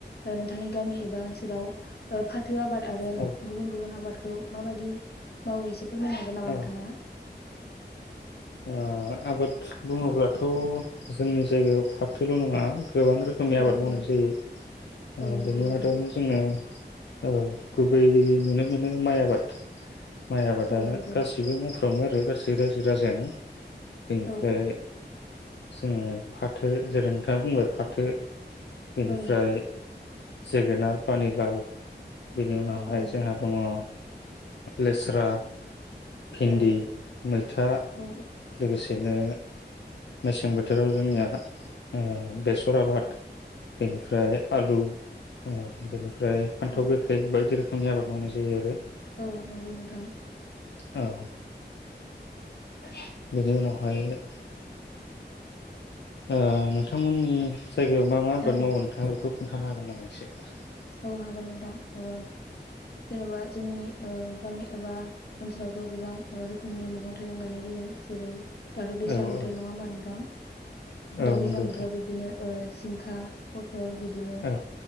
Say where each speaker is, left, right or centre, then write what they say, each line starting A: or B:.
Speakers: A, on the left (about 65°); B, on the left (about 80°).
A: ओ नोंथांनि गामि एबा ओनसोलाव ओ फाथ फाथो आबाद आरो
B: औ
A: गुबुन गुबुन आबाद गौ माबायदि मावो एसे फोरमायनो हागोन नामा
B: औ
A: नोंथाङा?
B: ओ आबाद बुङोब्लाथ' जोंनि जायगायाव फाथोल' नङा। गोबां रोखोमनि आबाद
A: औ
B: मावनाय
A: औ
B: जायो
A: औ
B: ओ
A: नंगौ
B: बेनि
A: नोंथां
B: मादावनो जोङो ओ गुबैयै नुनो मोनो माइ आबाद। माइ आबादानो
A: औ नंगौ
B: गासिबो मावफ दङो आरो गासै रायजो राजायानो। <inaudible> बेनिफ्राय
A: औ
B: जोङो फाथो जेरै नोंथाङा बुंबाय फाथो बेनिफ्राय
A: औ
B: जोगोनार पानि लााव। बेनि उनावहाय
A: औ औ
B: जोंहा दङ ओ लेस्रा भिन्दि
A: औ
B: मैथा।
A: औ
B: लोगोसेनो मेसें बोथोराव जोंनिया ओ बेसर आबाद बेनिफ्राय आलु। ओ बेनिफ फ्राय फान्थाव
A: औ
B: गोखै बायदि रोख फांनि आबाद मावनाय जायो आरो।
A: औ नंगौ नोंथां।
B: औ।
A: <unintelligible>
B: बेदि उनावहाय ओ नोंथांमोननि जायगायाव मा मा आबाद
A: औ
B: मावो नोंथाङा बेख खोन्थानो हागोन नामा एसे? <unintelligible>
A: औ हागोन नोंथां ओ जेनेबा जोंनि ओ गामि एबा ओनसोलावथ' गोबां रोखोमनि मैगं थाइगं गायनाय जायो जेरै दाथ' दैज्लां
B: औ
A: बोथोर
B: औ
A: नङा होनोमबा नोंथां
B: औ
A: दा दैज्लां
B: नंगौ नोंथां
A: बोथोराव बिदिनो ओ जिंखा प दल बिदिनो
B: औ